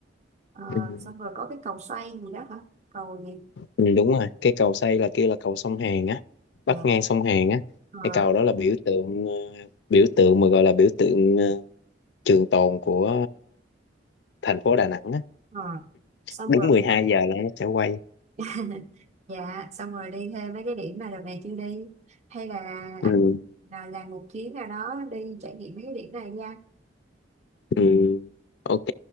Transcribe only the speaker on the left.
Ừ,
ừ, đúng rồi, cái cầu xây là kia là cầu sông Hàn á,
bắt ngang sông Hàn á.
Cái cầu đó là biểu tượng ờ, biểu tượng mà gọi là biểu tượng à, trường tồn của thành phố Đà Nẵng á.
Đúng
12 giờ là nó sẽ quay.
Ừ.
Ừ. Ok